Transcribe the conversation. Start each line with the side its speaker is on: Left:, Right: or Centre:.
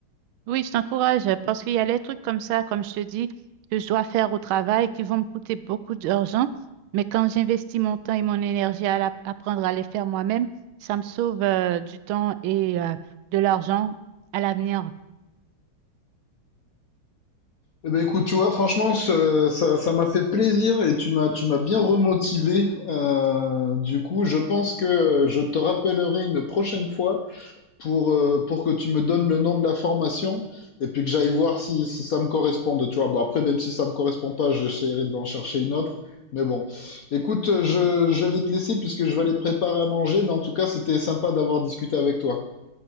Right: Oui, je t'encourage euh, parce qu'il y a des trucs comme ça, comme je te dis, que je dois faire au travail qui vont me coûter beaucoup d'argent. Mais quand j'investis mon temps et mon énergie à la- apprendre à les faire moi-même, ça me sauve euh, du temps et euh, de l'argent à l'avenir.
Left: Eh ben écoute, tu vois, franchement, ce- ça, ça m'a fait plaisir et tu m'as, tu m'as bien remotivé. Euh, du coup, je pense que je te rappellerai une prochaine fois pour, euh, pour que tu me donnes le nom de la formation et puis que j'aille voir si, si ça me correspond. Tu vois, bon, après, même si ça me correspond pas, j'essaierai d'en chercher une autre. Mais bon, écoute, je, je vais te laisser puisque je vais aller préparer à manger. Mais en tout cas, c'était sympa d'avoir discuté avec toi.